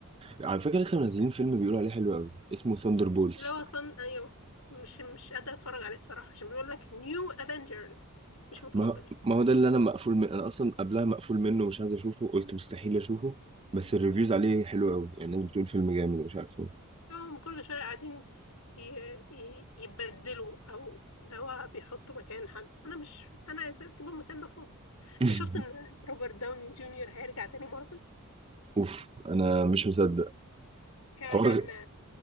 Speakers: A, on the right; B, on the left.
A: على فكره لسه منزلين فيلم بيقولوا عليه حلو قوي اسمه ثاندر بولز
B: اللي هو فن ايوه مش مش قادرة اتفرج عليه الصراحة عشان بيقول لك نيو افنجرز مش متقبلاه
A: ما ما هو ده اللي انا مقفول من انا اصلا قبلها مقفول منه مش عايز اشوفه قلت مستحيل اشوفه بس الريفيوز عليه حلو قوي يعني الناس بتقول فيلم جامد ومش عارف ايه
B: هم كل شوية قاعدين ي... ي... يبدلوا او اللي هو بيحطوا مكان حد انا مش انا عايزة اسيب المكان ده فاضي انت
A: <laughs>
B: شفت ان روبرت داوني جونيور هيرجع تاني مارفل
A: اوف انا مش مصدق
B: كان
A: حوار
B: كان